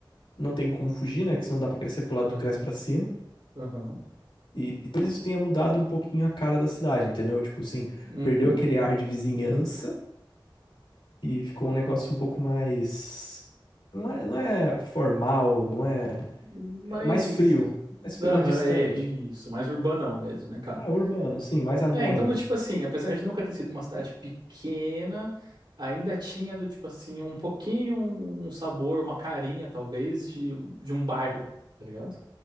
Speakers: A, on the left (about 80°); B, on the right (about 70°).
A: Não tem como fugir, né? Que se não dá para crescer pro lado, tu
B: Aham,
A: cresce para cima.
B: aham,
A: E talvez isso tenha mudado um pouquinho a cara da cidade, entendeu? Tipo assim,
B: uhum.
A: perdeu aquele ar de vizinhança e ficou um negócio um pouco mais. Não é, não é formal, não é.
B: Mas.
A: é mais frio. Mais frio,
B: Aham,
A: mais distante.
B: é isso, mais urbanão mesmo, né, cara?
A: É, urbano, sim, mais anônimo.
B: É, então, do tipo assim, apesar de nunca ter sido uma cidade pequena, ainda tinha do tipo assim, um pouquinho, um sabor, uma carinha, talvez, de, um, de um bairro, tá ligado?